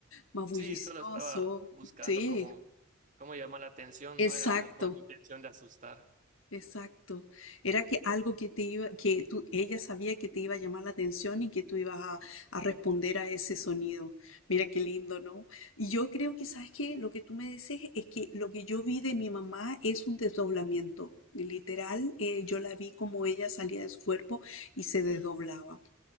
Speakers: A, on the left; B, on the right.
A: más bullicioso.
B: Sí, solo estaba buscando
A: Sí,
B: cómo, cómo llamar la atención,
A: exacto,
B: no era con intención de asustar.
A: exacto. Era que algo que te iba, que tú, ella sabía que te iba a llamar la atención y que tú ibas a, a responder a ese sonido. Mira qué lindo, ¿no? Y yo creo que, ¿sabes qué? Lo que tú me dices es que lo que yo vi de mi mamá es un desdoblamiento. Literal, eh, yo la vi como ella salía de su cuerpo y se desdoblaba.